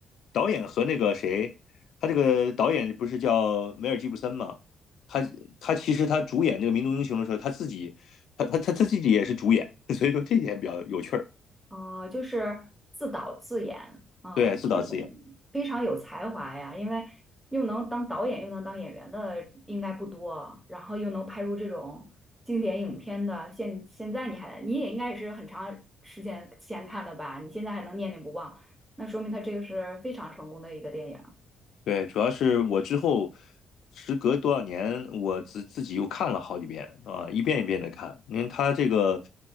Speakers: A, on the left; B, in the centre.
A: 导演和那个谁，他这个导演不是叫梅尔吉布森吗？他他其实他主演这个《民族英雄》的时候，他自己他他他自己也是主演，<laughs> 所以说这点比较有趣儿，
B: 呃，就是自导自演啊，
A: 对，
B: 这种非常有才华呀，
A: 自导自演。
B: 因为又能当导演又能当演员的应该不多，然后又能拍出这种经典影片的，现现在你还你也应该也是很长时间前看的吧？你现在还能念念不忘，那说明他这个是非常成功的一个电影。
A: 对，主要是我之后时隔多少年，我自自己又看了好几遍啊，一遍一遍的看，因为它这个